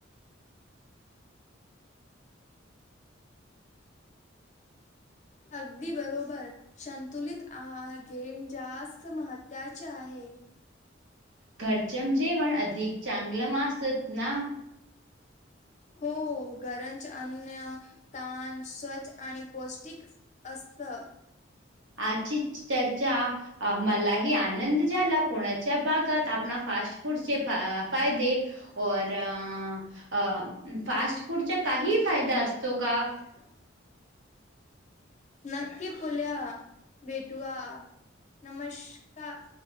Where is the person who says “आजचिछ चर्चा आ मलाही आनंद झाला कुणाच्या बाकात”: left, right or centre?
Right